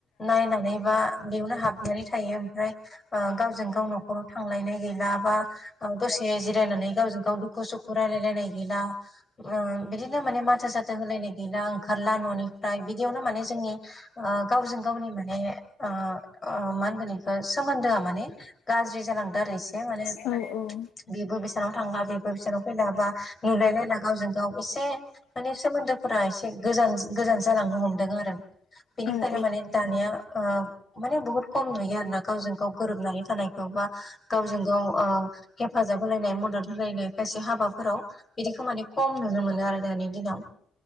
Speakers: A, on the left; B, on the left.
A: नायनानै बा बेयावनो हाबनानै थायो ओमफ्राय ओ गावजों गाव न'खराव थांलायनाय गैला बा दसे जिरायनानै गावजों गाव दुखु सुखु रायलायलायनाय गैला। उम बिदिनो माने माथो साथो होलायनाय गैला ओंखारला न'नि फ्राय बिदियावनो माने जोंनि ओ गावजों गावनि माने ओ ओ मा होनगोन ए सोमोन्दोआ माने गाज्रि जालांदो आरो इसे माने
B: औ औ।
A: बेबो बेसेनाव थांला बेबो बिसेनाव फैलाबा नुलायलायला गावजों गाव एसे माने सोमोन्दोफोरा एसे गोजान गोजान जालांनो हमदों आरो बेनिखायनो
B: आरो
A: माने दानिया ओ माने बुहुत खम नुयो आरो ना गावजों गाव गोरोबनानै थानायखौ बा गावजों गाव ओ हेफाजाब होलायनाय मदद होलायनाय खायसे हाबाफोराव बिदि खामानि खम नुनो मोनो आरो दानि दिनाव